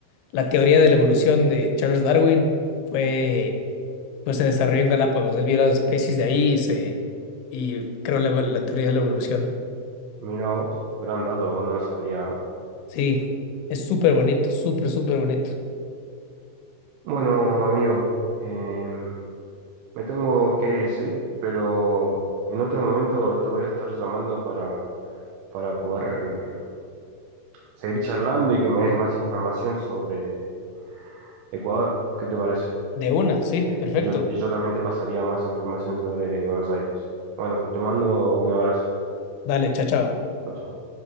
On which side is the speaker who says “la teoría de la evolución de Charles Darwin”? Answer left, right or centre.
Left